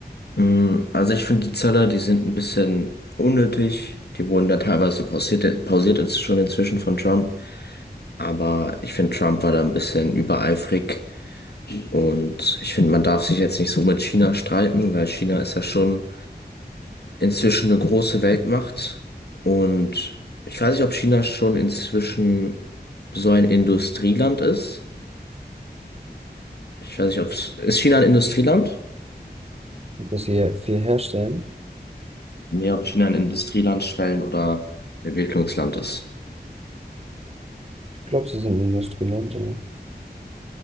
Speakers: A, on the left; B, on the right.
A: Mm, Also ich finde die Zölle, die sind ein bisschen unnötig. Die wurden da teilweise pausiert, pausiert ist schon inzwischen von Trump. Aber ich finde, Trump war da ein bisschen übereifrig. Und ich finde, man darf sich jetzt nicht so mit China streiten, weil China ist ja schon inzwischen eine große Weltmacht. Und ich weiß nicht, ob China schon inzwischen so ein Industrieland ist. Ich weiß nicht, ob es... Ist China ein Industrieland?
B: Und dass sie hier viel herstellen?
A: Nee, ob China ein Industrieland, Schwellen- oder Entwicklungsland ist.
B: Ich glaube, sie sind Industrieland, oder?